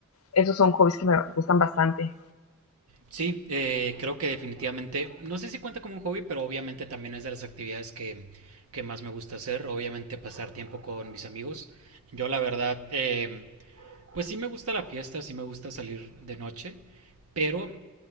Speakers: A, on the left; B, on the right.
A: Esos son hobbies que me gustan bastante.
B: Sí, eh, creo que definitivamente, no sé si cuenta como un hobby, pero obviamente también es de las actividades que, que más me gusta hacer, obviamente pasar tiempo con mis amigos. Yo la verdad, eh, pues sí me gusta la fiesta, sí me gusta salir de noche, pero